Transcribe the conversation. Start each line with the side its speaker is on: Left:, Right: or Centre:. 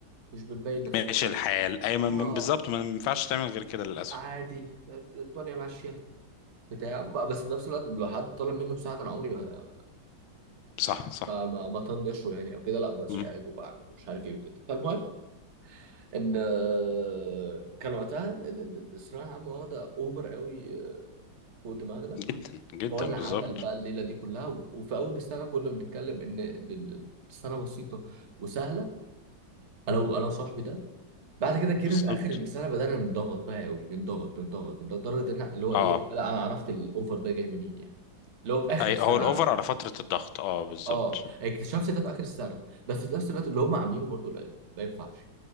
Right: مش بنبين نفسنا
Left: ماشي
Right: قوي
Left: الحال ايوه ما-
Right: اه
Left: ما- بالظبط ما ينفعش تعمل غير كده للاسف
Right: عادي الدنيا ماشيه بتاع بقى بس في نفس الوقت لو حد طلب مني مساعده انا عمري ما
Left: صح صح
Right: ما ما ما طنشه يعني او كده لا بساعده
Left: مم.
Right: وبعمل مش عارف ايه وكده فالمهم ان آه، كان وقتها ال- ال- ال- الثانويه العامه واخده اوفر قوي آه، فوق دماغنا
Left: جدا جدا
Right: فهو اللي
Left: بالظبط
Right: عمل بقى الليله دي كلها و- وفي اول السنه كنا بنتكلم ان ال- ال- السنه بسيطه وسهله انا و- انا وصاحبي ده بعد كده جينا
Left: بالظبط
Right: في اخر السنه بدانا نتضغط بقى قوي نتضغط نتضغط نتضغط، لدرجه ان اللي هو ايه
Left: اه
Right: لا انا عرفت الاوفر ده جاي منين يعني اللي هو في اخر
Left: اي
Right: السنه
Left: هو الاوفر على فترة الضغط اه بالظبط
Right: اه اكتشفت ده في اخر السنه بس في نفس الوقت اللي هم عاملينه برضو لا ما ينفعش